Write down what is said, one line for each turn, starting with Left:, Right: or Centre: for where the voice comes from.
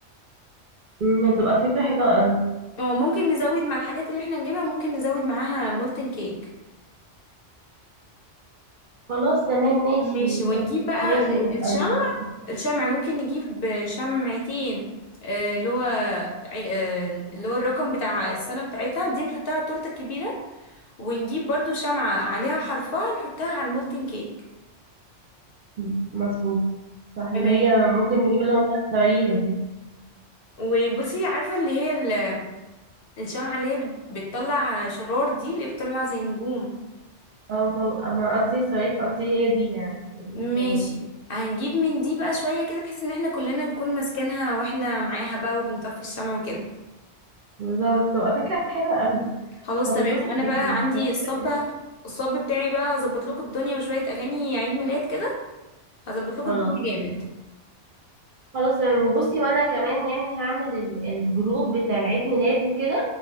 Right: مم، هتبقى فكره حلوه قوي
Left: اه ممكن نزود مع الحاجات اللي احنا نجيبها ممكن نزود معاها مولتن كيك
Right: خلاص تمام ماشي
Left: ماشي ونجيب بقى
Right: ماشي نبقى
Left: الشمع
Right: ن-
Left: الشمع ممكن نجيب شمعتين آه، اللي هو عي- آه، اللي هو الرقم بتاع السنة بتاعتها دي نحطها على التورتة الكبيرة ونجيب برضو شمعة عليها حرفها نحطها على المولتن كيك
Right: ن- مظبوط صح
Left: تمام
Right: اللي هي ممكن نجيب لهم بقى الصواريخ دي
Left: وبصي عارفة اللي هي ال- الشمعة اللي هي بت- بتطلع شرار دي اللي هي بتطلع زي النجوم
Right: او ما ما قصدي صواريخ قصدي هي دي يعني الصواريخ
Left: ماشي هنجيب من دي بقى شوية كده بحيث ان احنا كلنا نكون ماسكينها واحنا معاها بقى وبنطفي الشمع وكده
Right: بالظبط تبقى فكره حلوه قوي
Left: خلاص
Right: هتتبسط
Left: تمام وانا
Right: جدا
Left: بقى عندي
Right: هتتبسط
Left: الصب
Right: جدا
Left: بقى الصب بتاعي بقى اظبط لكم الدنيا وشوية اغاني عيد ميلاد كده هظبط لكم
Right: خلاص
Left: الدنيا جامد
Right: تمام خلاص تمام وبصي وانا كمان يعني هعمل ال- الجروب بتاع العيد ميلاد وكده